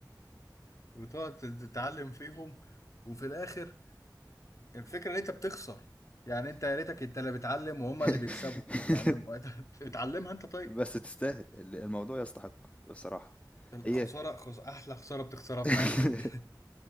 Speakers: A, on the left; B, on the left.
A: وتقعد تتعلم فيهم وفي الآخر الفكرة إن أنت بتخسر يعني أنت يا ريتك أنت اللي بتعلم وهما
B: <laughs>
A: اللي بيكسبوا يعني <laughs> اتعلمها أنت طيب
B: بس تستاهل ال- الموضوع يستحق بصراحة
A: الخسارة
B: هي
A: خس... أحلى خسارة بتخسرها
B: <laughs>
A: في حياتك دي